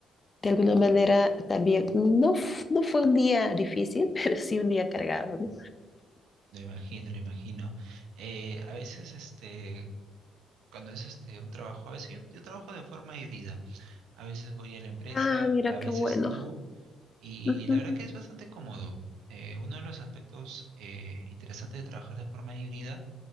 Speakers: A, on the left (about 30°); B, on the right (about 85°).
A: de alguna manera también, no, f- no fue un día difícil, <laughs> pero sí un día cargado, ¿no?
B: lo imagino, lo imagino. Eh, a veces este, Cuando es este un trabajo, a veces yo, yo trabajo de forma híbrida. A veces voy a la empresa,
A: Ah, mira
B: a
A: qué
B: veces
A: bueno.
B: no. Y
A: Ujú.
B: la verdad que es bastante cómodo. Eh, uno de los aspectos eh, interesantes de trabajar de forma híbrida